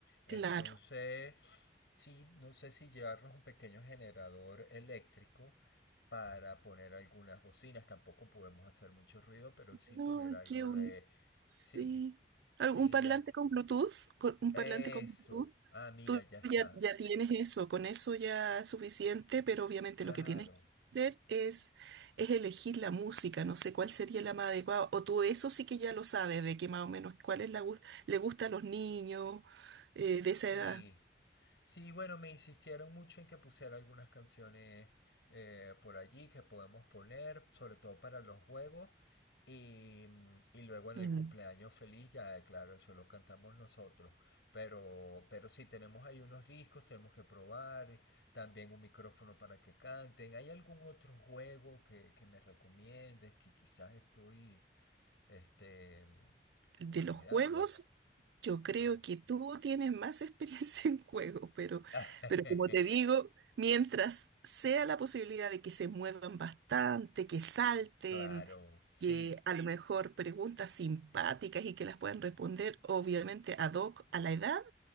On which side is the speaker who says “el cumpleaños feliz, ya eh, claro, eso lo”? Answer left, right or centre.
Left